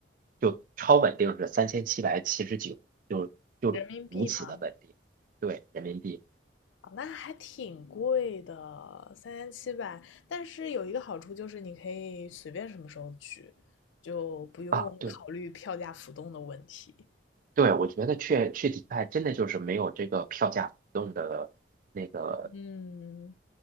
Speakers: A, on the right; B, on the left.
A: 就超稳定是三千七百七十九，就就如此的稳定。
B: <laughs> 人民币嘛，
A: 对，人民币
B: 啊，那还挺贵的，三千七百，但是有一个好处就是你可以随便什么时候去，就不用考虑票价浮动的问题，
A: 啊，对对，我觉得去去迪拜真的就是没有这个票价浮动的那个，
B: 嗯。